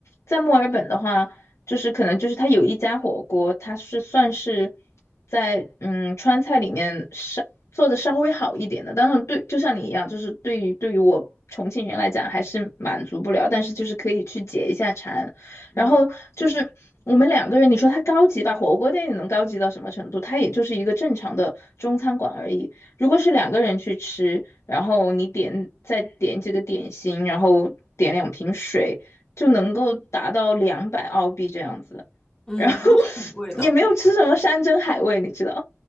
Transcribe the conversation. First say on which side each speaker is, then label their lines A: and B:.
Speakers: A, on the left; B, on the left.
A: 在墨尔本的话，就是可能就是它有一家火锅，它是算是在嗯川菜里面稍做的稍微好一点的。当然对，就像你一样，就是对于对于我重庆人来讲还是满足不了，但是就是可以去解一下馋。
B: 嗯
A: 然后就是我们两个人，你说它高级吧，火锅店你能高级到什么程度？它也就是一个正常的中餐馆而已。如果是两个人去吃，然后你点再点几个点心，然后点两瓶水，就能够达到两百澳币这样子。
B: 嗯，
A: 然后
B: 都是挺贵的。
A: <laughs> 也没有吃什么山珍海味，你知道，